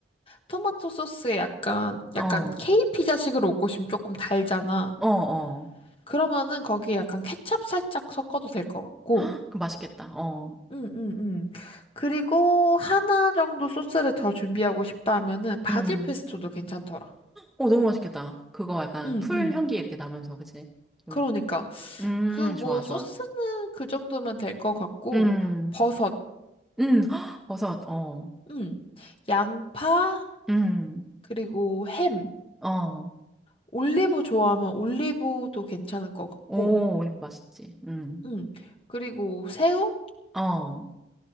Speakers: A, on the left (about 30°); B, in the centre.
A: 토마토 소스에 약간,
B: 어,
A: 약간 케이 피자식으로 먹고 싶으면 조금 달잖아.
B: 어, 어.
A: 그러면은 거기에 약간 케찹 살짝 섞어도 될 것 같고.
B: 헉, 그럼 맛있겠다. 어,
A: 응, 응, 응. 그리고 하나 정도 소스를 더 준비하고 싶다면은 바질
B: 음.
A: 페스토도 괜찮더라.
B: 어, 너무 맛있겠다. 그거 약간
A: 응,
B: 풀
A: 응.
B: 향기 이렇게 나면서, 그치? 좀.
A: 그러니까
B: 음,
A: 그 뭐
B: 좋아, 좋아.
A: 소스는 그 정도면 될 것 같고
B: 음,
A: 버섯이랑
B: 음, 헉, 버섯, 어,
A: 응. 양파
B: 음,
A: 그리고 햄
B: 어.
A: 올리브 좋아하면 올리브도 괜찮을 것 같고
B: 오, 올리브 맛있지. 음,
A: 응. 그리고 새우?
B: 어.